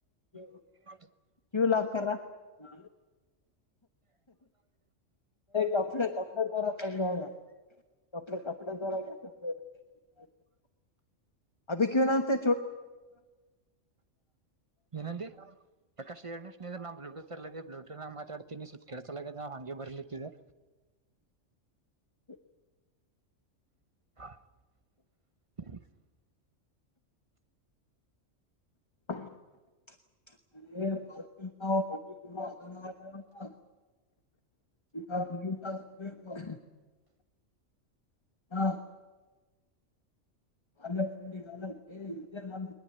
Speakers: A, on the left (about 25°); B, on the right (about 30°).
A: ಕು
B: ಹೊಡ್ಲಿ
A: ಕ್ಯೂ ಲಾಕರ್ ನ ಕಪಳೆ ಕಪಡೆ ತರ <unintelligible> ಕಪ್ಡೆ ಕಪ್ಡೆ ತರ <unintelligible> ಅದಿಕನಂತೆ
B: ಏನಂದಿ ಪ್ರಕಾಶ್ ಎರ್ಡ್ ನಿಮ್ಷ ನಿಂದ್ರು ನಾ ಬ್ಲೂಟೂತ್ ಸರ್ಲಗೆ ಬ್ಲೂಟೂತ್ನಗೆ ಮಾತಾಡ್ತೀನಿ ಸಪ್ ಕೆಳ್ಸಲಗದೆ ಹಂಗೆ ಬರ್ಲಿತಿದ್ದೆ
A: <unintelligible>
B: <unintelligible>
A: <inaudible> <unintelligible> ಹಾ <unintelligible> ಆಮೇ ಫಂಡಲ್ಲ ಇದ್ದೇ ನ